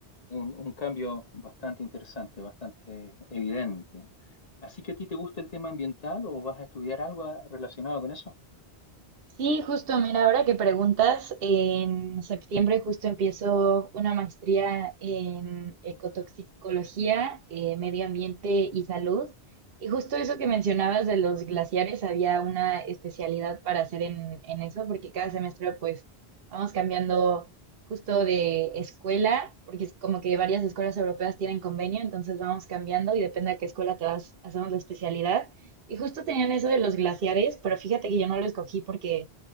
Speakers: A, on the left; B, on the right.
A: un, un cambio bastante interesante, bastante evidente. Así que a ti te gusta el tema ambiental o vas a estudiar algo ah, relacionado con eso?
B: Sí, justo, mira, ahora que preguntas, en septiembre justo empiezo una maestría en ecotoxicología, eh, medio ambiente y salud. Y justo eso que mencionabas de los glaciares, había una especialidad para hacer en, en eso, porque cada semestre pues vamos cambiando justo de escuela, porque es como que varias escuelas europeas tienen convenio, entonces vamos cambiando y depende a qué escuela te vas, hacemos la especialidad. Y justo tenían eso de los glaciares, pero fíjate que yo no lo escogí porque